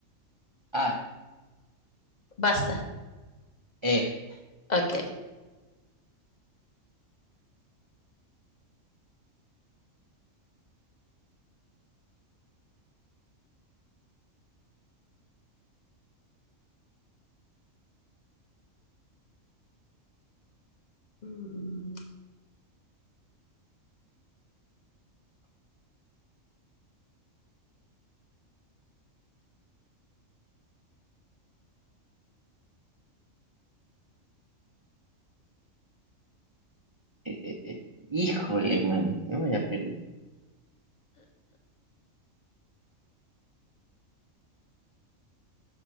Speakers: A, on the right; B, on the left.
A: A,
B: basta,
A: E.
B: ok. Mm,
A: Eh, eh, eh. Híjole, man. No, ya perdí.